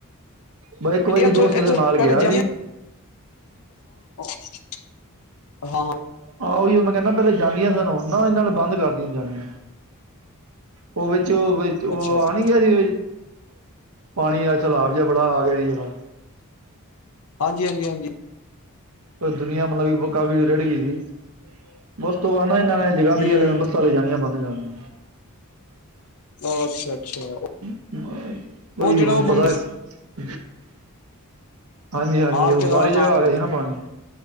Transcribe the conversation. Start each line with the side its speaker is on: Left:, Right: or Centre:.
Right: ਮੈਂ ਇੱਕ ਵਾਰੀ
Left: ਇੱਥੋਂ
Right: ਦੋਸਤ
Left: ਇੱਥੋਂ
Right: ਦੇ ਨਾਲ
Left: ਪਹਿਲੇ
Right: ਗਿਆ
Left: ਜਾਂਦੀਆਂ
Right: ਸੀ
Left: <inaudible> ਹ
Right: ਆਹ ਉਹੀਓ ਮੈਂ ਕਹਿੰਦਾ ਪਹਿਲੇ ਜਾਂਦੀਆ ਸਾਨ ਹਣ ਨਾ ਇਹਨਾਂ ਨੇ ਬੰਦ ਕਰਦੀਆਂ ਜਾਣੀਆਂ ਉਹਵੇ
Left: ਅੱਛਾ ਅੱਛਾ,
Right: ਆ ਨ ਕਦੀ ਪਾਣੀ ਦਾ ਸੈਲਾਬ ਜਿਹਾ ਬੜਾ ਆ ਗਿਆ ਸੀ ਜਿਹੜਾ
Left: ਹਾਂਜੀ ਹਾਂਜੀ ਹਾਂਜੀ
Right: ਦੁਨੀਆਂ ਮਤਲਬ ਦੀ ਕਾਫ਼ੀ ਰੜ ਗਈ ਸੀ ਬ ਉਸ ਤੋਂ ਬਾਅਦ ਇਹਨਾਂ ਨੇ ਜਗਾਦਰੀ
Left: ਹੂੰ
Right: ਵਾਲੇ ਨੂੰ ਬੱਸਾਲੇ ਜਾਣੀਆਂ ਬੰਦ ਕਰ <inaudible>
Left: ਅ ਅੱਛਾ ਅੱਛਾ
Right: ਦਿੱਤੀਆਂ। ਕੋਈ
Left: ਉਹ ਜਿਹੜਾ
Right: ਹੁਣ
Left: ਉਹ
Right: ਪਤਾ
Left: ਮੰਦਿਰ
Right: ਹੈ ਹਾਂਜੀ ਹਾਂਜੀ
Left: ਹਾਂ
Right: ਉਹ
Left: ਕੇਦਾਰਨਾਥ
Right: ਸਾਰੀ ਜਗ੍ਹਾ ਆ
Left: ਹੂੰ
Right: ਗਿਆ ਸੀ ਨਾ ਪਾਣੀ